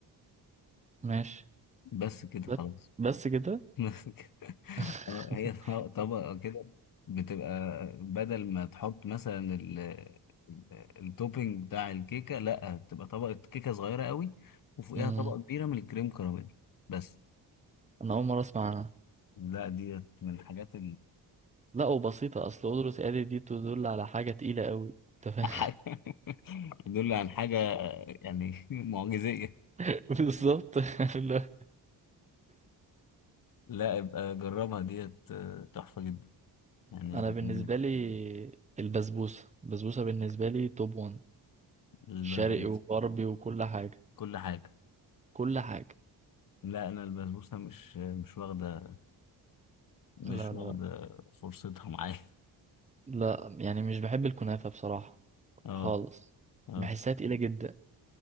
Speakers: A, on the right; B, on the left.
A: ماشي
B: بس كده
A: بس
B: خلاص
A: بس كده
B: <laughs> بس كده
A: <laughs>
B: آه، هي طبقة طبقة كده بتبقى بدل ما تحط مثلا ال ال- التوبينج بتاع الكيكة لا بتبقى طبقة كيكة صغيرة قوي وفوقيها
A: مم.
B: طبقة كبيرة من الكريم كراميل بس
A: أنا أول مرة أسمع عنها
B: لا دي من الحاجات
A: لا وبسيطة أصل قدرة آلي دي تدل على حاجة تقيلة قوي أنت فاهم
B: <laughs> دول عن حاجة يعني <laughs> معجزية
A: <laughs> بالظبط <laughs> لا
B: لا ابقى جربها ديت آه، تحفة جدا يعني
A: أنا
B: هتعجبك
A: بالنسبة لي البسبوسة البسبوسة بالنسبة لي توب ون
B: البسبوسة
A: شرقي وغربي وكل حاجة
B: كل حاجة
A: كل حاجة
B: لا أنا البسبوسة مش مش واخدة مش
A: لا لا
B: واخدة فرصتها معايا <laughs>
A: لا يعني مش بحب الكنافة بصراحة
B: اه
A: خالص
B: اه
A: بحسها تقيلة جدا